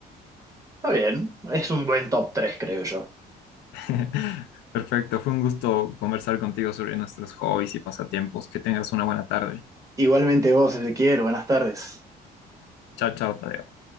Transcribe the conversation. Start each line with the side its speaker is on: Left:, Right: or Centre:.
Right: Está bien, es un buen top 3, creo yo.
Left: <laughs> Perfecto, fue un gusto conversar contigo sobre nuestros hobbies y pasatiempos. Que tengas una buena tarde.
Right: Igualmente vos, Ezequiel, buenas tardes.
Left: Chao, chao, Tadeo.